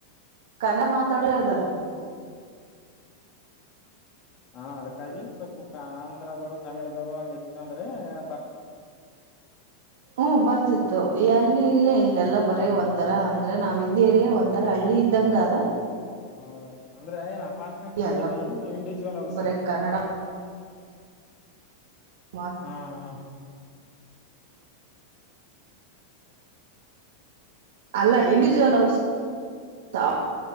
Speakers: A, on the right; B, on the left.
A: ಕನ್ನ ಮಾತಾಡೋ ಯ್ದಾರ
B: ಹಾ ಅದಕ್ಕಾಗಿ ಸ್ವಲ್ಪ ಆಂಧ್ರದವ್ರು ತಮಿಳದವ್ರು ಹಂಗಿತ್ತ ಅಂದ್ರೆ ಬರ್ತ
A: ಹ್ಮ ಬರ್ತಿತ್ತು ಎಲ್ಲಿ ಇಲ್ಲೇ ಇಲ್ಲೆಲ್ಲಾ ಬರೇ ಒಂಂತರ ಅಂದ್ರೆ ನಾವ್ ಇದೇರಿಯ ಒ ಆಥರ ಹಳ್ಳಿ ಇದ್ದಂ ಕದಾ
B: ಹೌದಾ ಅಂದ್ರೆ ಏನ್ ಅಪಾರಂ್ಟ್ಟ್ ನಗಿರಿ
A: ಎಲ್ಲ
B: ಇಂಡಿವಿಜುವಲ್ ಹೌಸ
A: ಬರೇ ಕನ್ನಡ ಮ
B: ಹಾ ಹಾ
A: ಅಲ್ಲ ಇಂಡಿವಜುವಲ್ ಹೌ